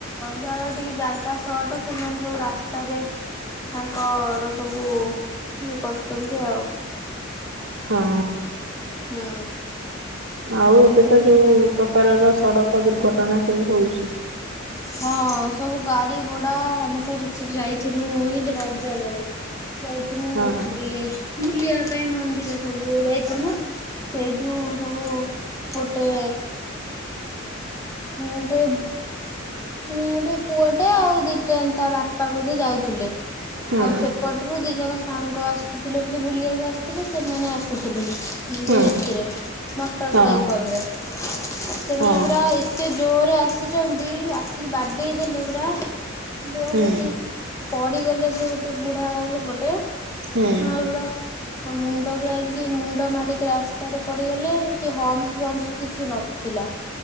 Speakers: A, on the left; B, on the right.
A: ଯାହାର ଟିକେ ଜାଗା ସଟ ସେମାନେ ସବୁ ରାସ୍ତାରେ ତାଙ୍କର ସବୁ ଇଏ କରୁଛନ୍ତି ଆଉ।
B: ହଁ।
A: ହୁଁ।
B: ଆଉ ଏବେ ତ ଯୋଉ
A: ଆଉ
B: ପ୍ରକାରର ସଡକ ଦୁର୍ଘଟଣା ସବୁ ହଉଛି।
A: ହଁ ସବୁ ଗାଡି ଘୋଡା ଆମେ ଥରେ ଯାଇଥିନୁ ଏଇ ରଜ ବେଳେ। ଯାଇଥିନୁ
B: ହଁ
A: ଏଠିକି
B: ହଁ
A: ବୁଲିବା ପାଇଁ ମନ୍ଦିର ସବୁ ଯାଇଥିନୁ। ସେଇଠୁ ସବୁ ଗୋଟେ ମୁଁ ଗୋଟେ ମାନେ ଗୋଟେ ପୁଅ ଟେ ଆଉ ଦିଟା ତା ବାପା ବୋଧେ ଯାଉଥିଲେ।
B: ହୁଁ
A: ଆଉ ସେପଟରୁ ଦି ଜଣ ସାଙ୍ଗ ଆସୁଥିଲେ ବୋଧେ ବୁଲିବାକୁ ଆସିଥିଲେ ସେମାନେ ଆସୁଥିଲେ।
B: ହୁଁ
A: ଯୋ ଏଥିରେ ମୋଟର
B: ହୁଁ ହଁ
A: ସାଇକେଲ ରେ ସେମାନେ
B: ହଁ
A: ପୁରା ଏତେ ଜୋରେ ଆସିଛନ୍ତି ଆସିକି ବାଡି ଦେଲେ ପୁରା ପୁରା
B: ହୁଁ
A: ସେଠି ପଡିଗଲେ ସେ ଗୋଟେ ବୁଢା ଲୋକ ଟେ।
B: ହୁଁ
A: ନାଳଗଡ଼ା। ହଁ ମୁଣ୍ଡ କୁ ଏମିତି ମୁଣ୍ଡ ମାରିକି ରାସ୍ତାରେ ପଡିଗଲେ ସେଠି ହମସ୍ ଫମସ୍ କିଛି ନଥିଲା।